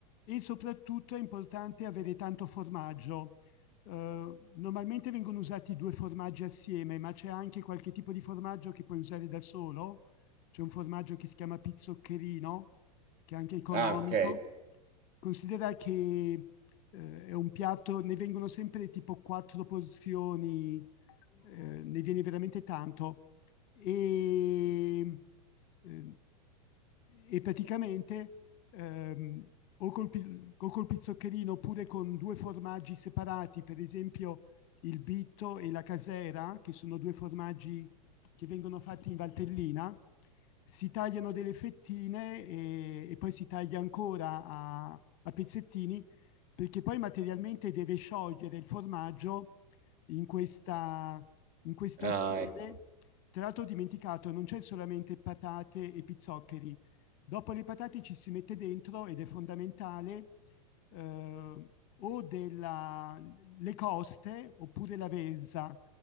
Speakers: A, on the left; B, on the right.
A: e soprattutto è importante avere tanto formaggio. Uhm, normalmente vengono usati 2 formaggi assieme, ma c'è anche qualche tipo di formaggio che puoi usare da solo. C'è un formaggio che si chiama pizzoccherino, che è anche economico.
B: Ah, ok.
A: Considera che, ehm, è un piatto ne vengono sempre tipo 4 porzioni, ehm, ne viene veramente tanto. Ehm, ehm, e praticamente ehm, o, col, pi- o col pizzoccherino oppure con due formaggi separati, per esempio il bitto e la casera, che sono due formaggi che vengono fatti in Valtellina, si tagliano delle fettine e, e poi si taglia ancora a, a pezzettini perché poi materialmente deve sciogliere il formaggio in, questa, in questo
B: Ah,
A: assieme.
B: ecco.
A: Tra l'altro ho dimenticato, non c'è solamente patate e pizzoccheri, Dopo le patate ci si mette dentro ed è fondamentale eh, o della, le coste oppure l'avezza.